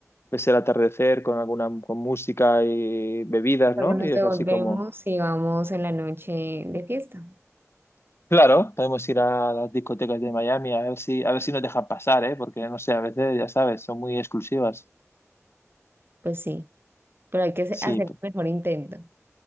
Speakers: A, on the left; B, on the right.
A: ves el atardecer con alguna con música y bebidas,
B: Luego
A: ¿no?
B: nos
A: Y es
B: devolvemos
A: así como
B: y vamos en la noche de fiesta.
A: Claro, podemos ir a las discotecas de Miami a ver si, a ver si nos dejan pasar, ¿eh? Porque no sé, a veces, ya sabes, son muy exclusivas.
B: Pues sí, pero hay que hace-
A: Sí,
B: hacer
A: p-
B: el mejor intento.